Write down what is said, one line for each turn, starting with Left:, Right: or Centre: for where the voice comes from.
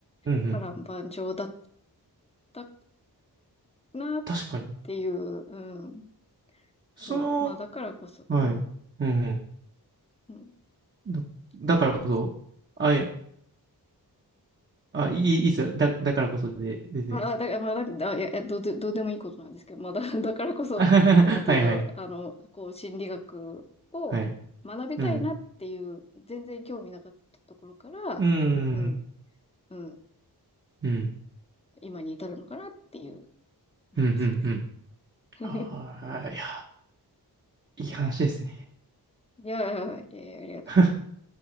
Right: うんうん。
Left: 波乱万丈だったなっ
Right: 確かに。
Left: ていう、うん。
Right: その、
Left: そう。まあ、だからこそ、
Right: はい。
Left: うん、
Right: うんう
Left: うん。
Right: ん。だ、だからこそ、
Left: はい、どうぞ。
Right: あ、いや、あ、いい、いいっすよ。だ、だからこそで、でね。
Left: あ、あだから、まあ、だ、あいや、えどうで、どうでもいいことなんですけど、まあ、だ、<laughs> だからこそ、
Right: <laughs> あははははいはい。
Left: なんて言うんだろう、あの、こう、心理学を学びたいなっていう、
Right: はい。うん。
Left: 全然興味なかったところから、
Right: うん。
Left: うん、うん、
Right: うん。
Left: 今に至るのかなっていうお話です。
Right: うんうんうん。
Left: <laughs>
Right: ああ、いや、いい話ですね。
Left: いやー、えー、ありがとうございます。
Right: <laughs>